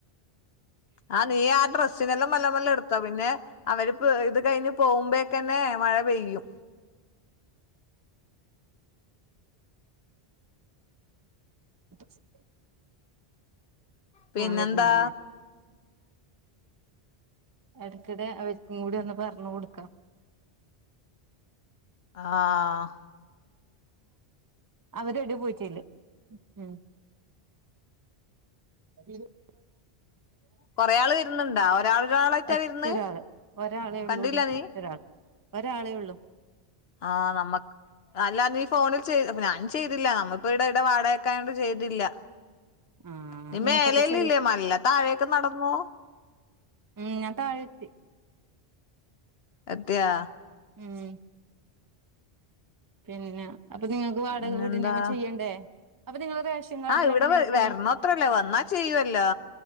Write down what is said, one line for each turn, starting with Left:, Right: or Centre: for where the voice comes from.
Left: ആഹ് നീ ആ ഡ്രസ്സിനെല്ലാം മല്ല മല്ല എടുത്താ പിന്നെ. അവരിപ്പ ഇത് കഴിഞ്ഞ് പോവുമ്പോക്കെന്നെ മഴ പെയ്യും
Right: <inaudible>
Left: പിന്നെന്താ
Right: ആഹ് വരുന്ന് വരും ഇടയ്ക്കിടെ അവക്കും കൂടി ഒന്ന് പറഞ് കൊടുക്കണം
Left: ആഹ്
Right: അവര് എവിടെ പോയിട്ടീല്ല ഉം <unintelligible>
Left: കൊറേ ആള് വരുന്നുണ്ടാ ഒരാളൊരാളായിട്ടാ
Right: ഒറ്റൊരാള്
Left: വരുന്ന്
Right: ഒരാളെ
Left: കണ്ടില്ല
Right: ഉള്ളൂടി
Left: നീ
Right: ഒറ്റരാൾ ഒരാളേ ഉള്ളൂ
Left: ആഹ് നമ്മക്. അല്ലാ നീ ഫോണിൽ ചെയ്ത്. അപ്പ ഞാൻ ചെയ്തില്ല നമ്മപ്പെവടേ ഇവിടെ വാടകയ്ക്ക് ആയോണ്ട് ചെയ്തില്ല.
Right: ആഹ്
Left: നീ
Right: നിങ്ങൾക്കപ്പ
Left: മേലല്ല
Right: ചെയ്
Left: ഇല്ലേ മല്ല താഴെയൊക്കെ നടന്നോ?
Right: ഉം. ഞാൻ തായെത്തി.
Left: എത്യാ
Right: ഉം പിന്നെ അപ്പൊ നിങ്ങൾക്ക് വാടക
Left: പിന്നെന്താ
Right: വീടിന് ചെയ്യണ്ടേ അപ്പൊ നിങ്ങള് റേഷൻ കാർഡെല്ലാം
Left: ആഹ് ഇവിടെ
Right: എങ്ങനെയാ
Left: വരോ
Right: ആക്കല്
Left: വരണോത്രല്ലേ വന്നാ ചെയ്യുവല്ലോ